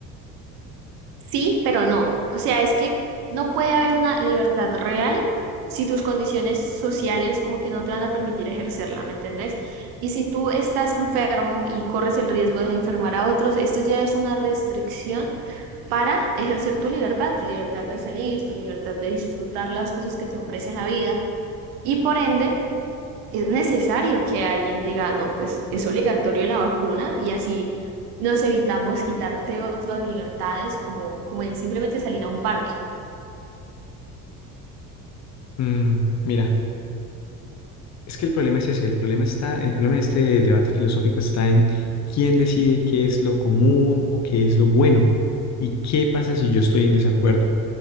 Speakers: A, on the right; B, on the left.
A: Sí, pero no. O sea, es que no puede haber una libertad real si tus condiciones sociales como que no te van a permitir ejercerla, ¿me entendés? Y si tú estás enfermo y corres el riesgo de enfermar a otros, esto ya es una restricción para ejercer tu libertad, tu libertad de salir, tu libertad de disfrutar las cosas que te ofrece la vida y por ende es necesario que alguien diga, no, pues es obligatorio la vacuna y así nos evitamos quitarte otras libertades como, como el simplemente salir a un parque.
B: Mm, mira, Es que el problema es ese, el problema está, el problema de este debate filosófico está en quién decide qué es lo común o qué es lo bueno y qué pasa si yo estoy en desacuerdo.